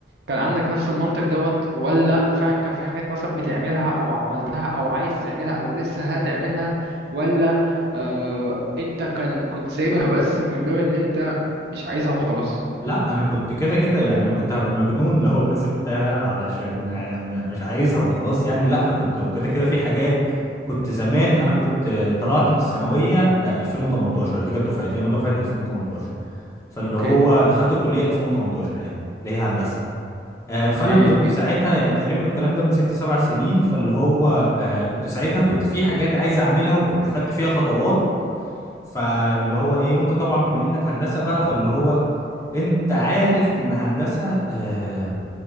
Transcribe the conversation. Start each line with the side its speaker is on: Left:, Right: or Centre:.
Right: كان عندك نفس المنطق دوت ولا وفعلا كان في حاجات مثلا بتعملها او عملتها او عايز تعملها او لسه هتعملها ولا آه انت كان كنت سايبها بس من باب ان انت مش عايزها وخلاص
Left: لا انا كنت كده كده يعني انا كنت هبقى مجنون لو انا سبتها علشان آه، م- مش عايزها وخلاص يعني لا انا كنت كده كده في حاجات كنت زمان انا كنت آه، طلعت من الثانويه آه، 2018 دي كانت دفعتي انا دفعه 2018 فاللي
Right: اوكي
Left: هو دخلت الكليه 2018 يعني اللي هي هندسه آه،
Right: اوكي
Left: فانا كنت
Right: جي
Left: ساعتها يعني تقريبا الكلام ده من ست سبع سنين فاللي هو آه، كنت ساعتها كنت في حاجات عايز اعملها وكنت خدت فيها خطوات فاللي هو ايه وانت طبعا بما انك هندسه بقى فاللي هو انت عارف ان هندسة آه،